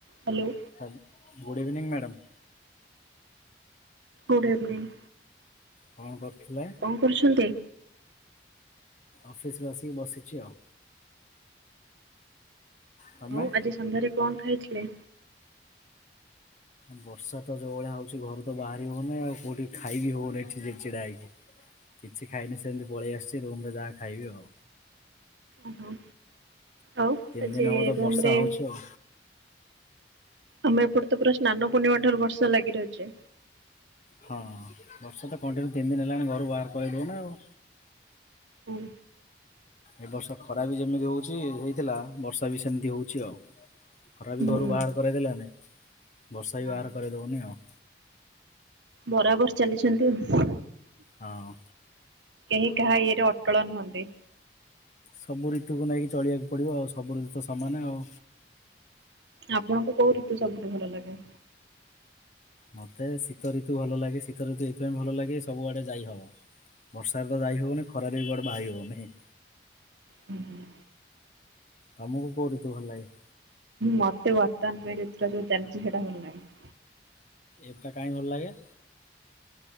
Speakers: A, on the right; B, on the left.
A: Hello.
B: ହା good evening madam.
A: Good evening.
B: କଣ କରୁଥିଲେ?
A: କଣ କରୁଛନ୍ତି?
B: ଅଫସ ରୁ ଆସିକି ବସିକି ଆଉ। ତମେ?
A: ବୋଉ ଆଜି ସନ୍ଧ୍ୟାରେ କଣ ଖାଇଥିଲେ?
B: ବର୍ଷା ତ ଯୋଉ ଭଳିଆ ହଉଛି ଘରୁ ତ ବାହାରି ହଉନି ଆଉ କୋଉଠି ଖାଇବି ହଉନି ଠିକ୍ ସେ ଛିଡା ହେଇକି? କିଛି ଖାଇନି ସେମିତି ପଳେଇ ଆସିଛି ରୁମ ରେ ଯାହା ଖାଇବି ଆଉ।
A: ଓହୋ ଆଉ
B: ତିନି
A: ଆଜି
B: ଦିନ ହବ ତ
A: ରୁମ୍
B: ବର୍ଷା
A: ରେ
B: ହଉଛି ଆଉ।
A: ଆମେ ଏପଟେ ତ ପୁରା ସ୍ନାନ ପୂର୍ଣ୍ଣିମା ଠାରୁ ବର୍ଷା ଲାଗି ରହିଛି।
B: ହଁ ବର୍ଷା ତ କଣ୍ଟିନ୍ୟୁ ତିନି ଦିନ ହେଲାଣି ଘରୁ ବାହାର କରିଦେଉନି ଆଉ।
A: ହୁଁ।
B: ଏ ବର୍ଷା ଖରା ବି ଯେମିତି ହଉଛି ହେଇଥିଲା ବର୍ଷା ବି ସେମିତି ହଉଛି ଆଉ। ଖରା ବି ଘରୁ
A: ହୁଁ
B: ବାହାର କରେଇ ଦେଲାନି ବର୍ଷା
A: ନା,
B: ବି ବାହାର କରେଇ ଦେବନି ଆଉ।
A: ବରାବର ଚାଲିଛନ୍ତି ଆଉ।
B: ହଁ।
A: କେହି କାହା ଇଏରେ ଅଟଳ ନୁହନ୍ତି।
B: ସବୁ ଋତୁକୁ ନେଇକି ଚଳିବାକୁ ପଡ଼ିବ ଆଉ ସବୁ ଋତୁ ସମାନେ ଆଉ।
A: ଆପଣଙ୍କୁ କୋଉ ଋତୁ ସବୁଠୁ ଭଲ ଲାଗେ?
B: ମୋତେ ଶୀତ ଋତୁ ଭଲ ଲାଗେ ଶୀତ ଋତୁ ଏଥିପାଇଁ ଭଲ ଲାଗେ ସବୁଆଡେ ଯାଇହବ? ବର୍ଷାରେ ତ ଯାଇ ହଉନି ଖରାରେ ବି ବାହାରି ହଉନି?
A: ହୁଁ ହୁଁ।
B: ତମକୁ କୋଉ ଋତୁ ଭଲ ଲାଗେ?
A: ମତେ ବର୍ତ୍ତମାନ ପାଇଁ ଯୋଉ ଋତୁ ଟା ଚାଲିଛି ସେଇଟା ଭଲ ଲାଗେ।
B: ଏଟା କାଁ ଭଲ ଲାଗେ?